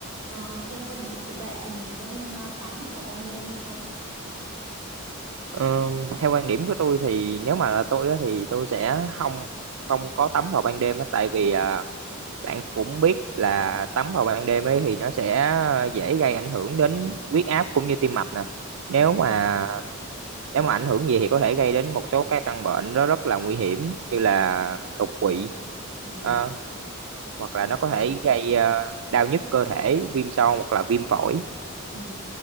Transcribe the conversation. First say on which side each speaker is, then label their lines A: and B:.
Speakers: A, on the right; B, on the right.
A: Ờ, theo quan điểm của bạn thì mình có nên à, tắm vào ban đêm hay không?
B: Ờ, theo quan điểm của tôi thì nếu mà là tôi á, thì tôi sẽ không không có tắm vào ban đêm á, tại vì à, bạn cũng biết là tắm vào ban đêm ấy thì nó sẽ dễ gây ảnh hưởng đến huyết áp cũng như tim mạch nè. Nếu
A: Ừ,
B: mà nếu mà ảnh hưởng gì thì có thể gây đến một số cái căn bệnh nó rất là nguy hiểm như là đột quỵ
A: ừ,
B: ờ, hoặc
A: ok.
B: là nó có thể gây ờ, đau nhức cơ thể, viêm xoang hoặc là viêm phổi.
A: Ừ,